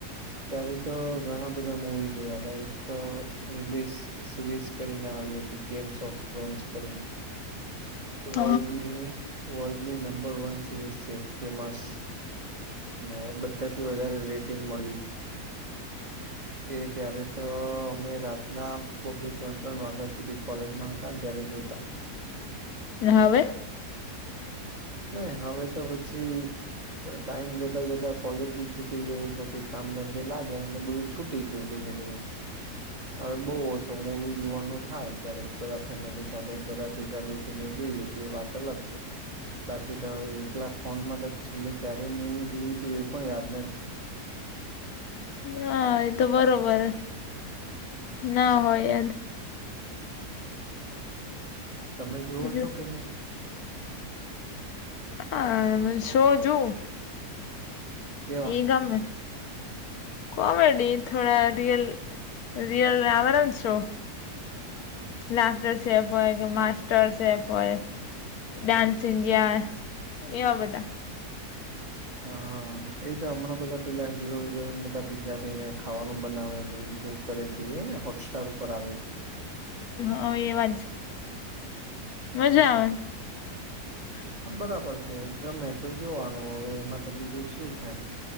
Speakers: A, on the right; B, on the left.
A: ત્યારે તો ઘણા બધા મુવી જોયા હતા એક ઇંગ્લિશ સિરીઝ કરીને આવી હતી ગેમ્સ ઓફ થ્રોન્સ કરીને.
B: હ
A: વલ્ડની વર્લ્ડની નંબર વન સિરીઝ છે. ફેમસ ને બધાથી વધારે રેટિંગ મળી. એ ત્યારે તો અમે રાતના બે બે ત્રણ ત્રણ વાગ્યા સુધી કોલેજમાં હતા ને ત્યારે જોતા.
B: હવે.
A: નહી હવે તો પછી ટાઈમ જતા જતા કોલેજ બી છૂટી ગઈ પછી કામ ધંધે લાગે એટલે બધું છૂટી ગયું ધીમે ધીમે. <inaudible>
B: <inaudible>
A: હવે બહુ ઓછો મૂવી જોવાનું થાય ત્યારે બધા ફેમિલી સાથે બધા ભેગા બેસીને જોઈએ. તે વાત અલગ છે. બાકી તો હવે એકલા ફોનમાં તો છેલ્લે ક્યારેય મુવી જોયું તું એ પણ યાદ નથી.
B: ના એ તો બરોબર હે ના હોય યાદ.
A: તમે જુઓ
B: બીજું
A: છો કે નહી?
B: હ શો જોઉ
A: કેવા
B: એ ગમે. કોમેડી થોડા રિયલ રિયલ આવેરા ને સો લાફ્ટર શેફ હોય કે માસ્ટર્ શેફ હોય. ડાન્સ ઇન્ડિયા એવા બધા.
A: હા એ તો હમણાં બધા પેલા હીરો હિરોઈન બધા ભેગા થઈને ખાવાનું બનાવે ને એ બધું કરે છે, એ ને હોટસ્ટાર ઉપર આવે છે.
B: હા એ વા જ. મજા
A: હ હા.
B: <inaudible>
A: બરાબર છે, ગમે તો જોવાનું હવે એમાં તો બીજું શું થાય.